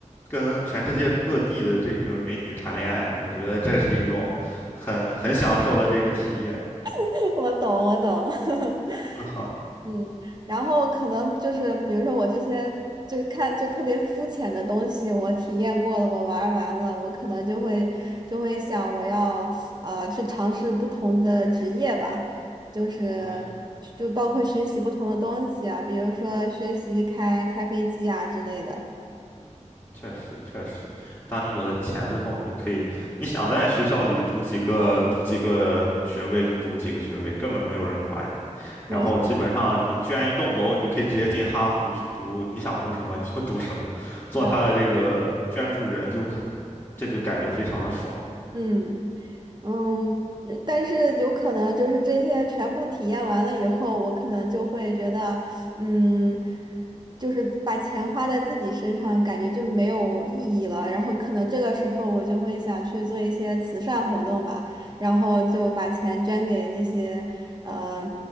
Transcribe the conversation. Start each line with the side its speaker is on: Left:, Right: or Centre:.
Left: 跟全世界各地的这个美女谈恋爱，我觉得这是一种很很享受的这个体验。
Right: <laughs> 我懂，我懂。<laughs>
Left: <laughs> 那好，
Right: 嗯，然后可能就是比如说我这些就是看就特别肤浅的东西，我体验过了，我玩儿完了，我可能就会就会想我要呃去尝试不同的职业吧，就是
Left: 嗯
Right: 就包括学习不同的东西啊，比如说学习开开飞机啊之类的。
Left: 嗯，确实确实，当你有了钱之后，你就可以，你想在学校里读几个读几个学位就读几个学位，根本没有人管你。
Right: <laughs> 对，
Left: 然后基本上你捐一栋楼，
Right: 是
Left: 你就可以直接进哈佛去读，你想读什么你就读什么，做他的这个捐助人就可，
Right: 的，
Left: 这就感觉非常的爽。
Right: 嗯。嗯，嗯但是有可能就是这些全部体验完了以后，我可能就会觉得，嗯，就是把钱花在自己身上，感觉就没有意义了。然后可能这个时候我就会想去做一些慈善活动吧，然后就把钱捐给那些，呃，